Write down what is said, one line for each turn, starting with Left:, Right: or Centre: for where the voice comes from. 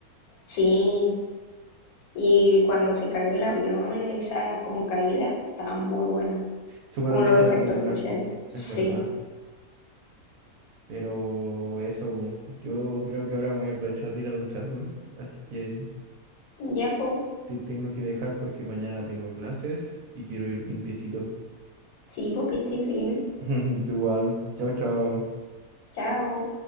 Left: Sí, y cuando se cayó el avión, esa como caída, estaba muy buena,
Right: Súper
Left: como
Right: realista
Left: los efectos
Right: la película,
Left: especiales. Sí,
Right: es verdad. Pero eso, pu, yo creo que ahora me voy a aprovechar de ir a duchar, weón. Así que
Left: ya po,
Right: Te tengo que dejar porque mañana tengo clases y quiero ir limpiecito.
Left: sí, porque estés bien.
Right: <laughs> Tú igual. Chao, chao.
Left: Chao.